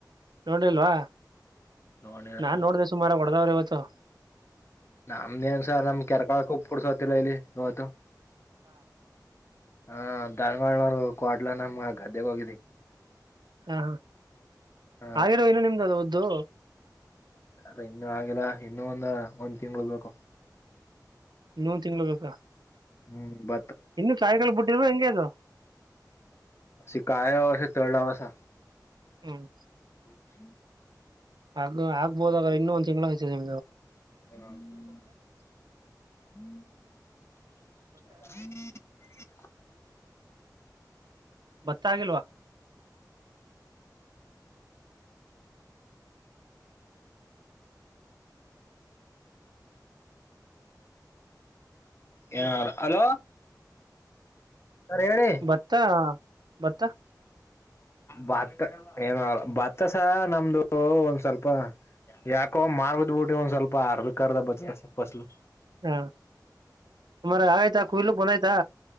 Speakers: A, on the right (about 80°); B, on the left (about 35°).
A: ನೋಡ್ರಿಲ್ವಾ
B: ನೋಡಿಲ್ಲ
A: ನಾನ್ ನೋಡ್ದ ಸುಮಾರ ಕೊಡದವ್ರರು ಇವತ್ತು ಕುತ್ತ <unintelligible>
B: ನಮ್ದೇನ್ಸರ್ ನಮ್ ಕೆರ್ಕಳಕ್ ಉಪ್ಪ ಕುಡ್ಸೋತಿಿಲ್ಲ ಇಲ್ಲಿ ಇವತ್ತು <unintelligible> ಹ ಧನ್ವಾಡನವರು ಕಡ್ಲ ನಮ್ಮ ಗದ್ದೆೆಗೆ ಹೋಗಿದಿ
A: ಹಾ
B: ಹ
A: ಆಿರೋ ಇಲ್ಲ ನಿಮ್ದ ಒ ದು
B: ಸರಿ ಇನ್ನುೂ ಆಗಿಲ್ಲ ಇನ್ನುೂ ಒಂದ ಒಂದ್ ತಿಂಗಳ ಬೇಕು
A: ಏನೋ ಒಂದು ತಿಂಗಳು ಬೇಕಾ
B: ಹ್ಮ್ ಬ
A: ಇನ್ನುೂ ಚಾಯಿಗಳು ಬಿಟ್ಟಿದ್ರು ಹೆಂಗ ಅದು
B: ಿ ಕಾಯ ಅೆ ತಳಲಸ
A: ಹ್ಮ್
B: ಕ್ಷ
A: ಹ ಆಗ್ಬೋದ್ರ ಇನ್ನೊಂದ್ ತಿಂಗಳ ಆ ಸರಿ
B: ಹ ಹ್ಮ ಹ್ಮ
A: ಭತ್ತ ಆಾಗಿಲ್ವಾ
B: ಯ ಹಲೋ ಸರ್ ಹೇಳಿ
A: ಬತ್ತ ಬತ್ತಾ
B: ಭತ್ತ ಏನ ಭತ್ತಸ ನಮ್ದು ಒಂದ್ ಸ್ವಲ್ಪ ಯಾಕೋ ಮಾರ್ದ್ಬಿಟ್ಟು ಒಂದ್ ಸ್ವಲ್ಪ ಅರ್ಧಕ್ರ್ಧ ಭತ್ತಸ ಫಸ್ಲು
A: ಹಾ ಅರ ಆತಾ ಕಯಲು ಬನಾಯತಾ